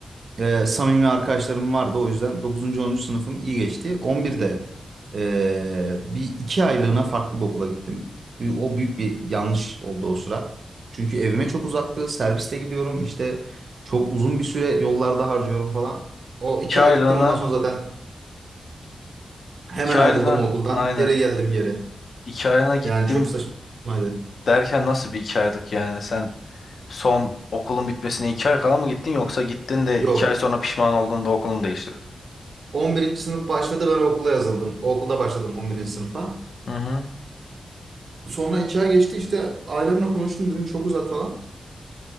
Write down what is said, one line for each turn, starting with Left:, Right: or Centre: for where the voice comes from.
Right: e, samimi arkadaşlarım vardı. O yüzden dokuzuncu onuncu sınıfım iyi geçti. 11'de e, bir iki aylığına farklı bir okula gittim. Bir- O büyük bir yanlış oldu o sıra. Çünkü evime çok uzaktı. Serviste gidiyorum. işte çok uzun bir süre yollarda harcıyorum falan. O iki
Left: 2 aylığına,
Right: ay gittim ondan sonra zaten hemen
Left: 2 aylığına
Right: ayrıldım o okuldan.
Left: aynen.
Right: Geri geldim geri.
Left: 2 aylığına gittim
Right: Yani çok saçmaydı.
Left: derken nasıl bir 2 aylık yani? Sen son okulun bitmesine 2 ay kala mı gittin yoksa gittin de
Right: Yok.
Left: iki ay sonra pişman olduğunda okulumu değiştirdin?
Right: 11. sınıf başladı ben o okula yazıldım. O okulda başladım 11. sınıfa.
Left: Hı hı.
Right: Sonra iki ay geçti işte ailemle konuştum dedim çok uzak falan.